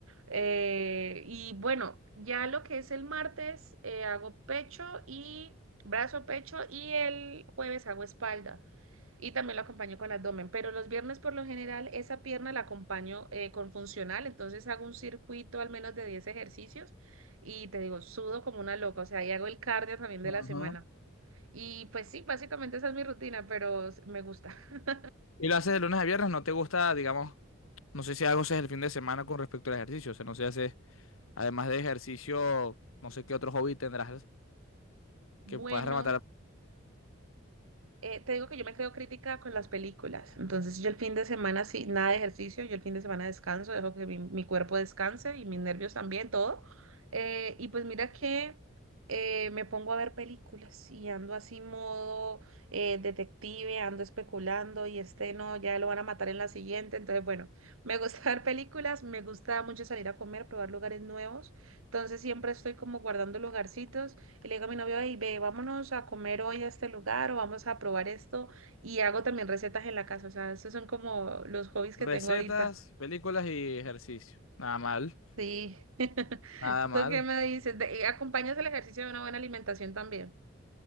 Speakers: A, on the right (about 85°); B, on the left (about 85°).
A: Eh, y bueno, ya lo que es el martes, eh, hago pecho y brazo, pecho y el jueves hago espalda. Y también lo acompaño con abdomen. Pero los viernes por lo general esa pierna la acompaño eh, con funcional. Entonces hago un circuito al menos de 10 ejercicios y te digo, sudo como una loca. O sea, y hago el cardio también de
B: Ajá.
A: la semana. Y pues sí, básicamente esa es mi rutina, pero s- me gusta. <laughs>
B: Y lo haces de lunes a viernes, no te gusta, digamos, no sé si algo haces el fin de semana con respecto al ejercicio, o sea, no sé si haces, además de ejercicio, no sé qué otro hobby tendrás
A: Bueno.
B: que puedas rematar
A: eh, te digo que yo me creo crítica con las películas. Entonces, yo el fin de semana, sí, nada de ejercicio, yo el fin de semana descanso, dejo que mi, mi cuerpo descanse y mis nervios también, todo. Eh, y pues mira que eh, me pongo a ver películas y ando así modo eh, detective, ando especulando y este no, ya lo van a matar en la siguiente. Entonces, bueno, me gusta <laughs> ver películas, me gusta mucho salir a comer, probar lugares nuevos. Entonces, siempre estoy como guardando lugarcitos. Y le digo a mi novio, hey, ve, vámonos a comer hoy a este lugar o vamos a probar esto. Y hago también recetas en la casa. O sea, esos son como los hobbies
B: recetas,
A: que tengo ahorita.
B: películas y ejercicio. Nada mal,
A: Sí. <laughs>
B: nada mal.
A: ¿Tú qué me dices? De- ¿Acompañas el ejercicio de una buena alimentación también?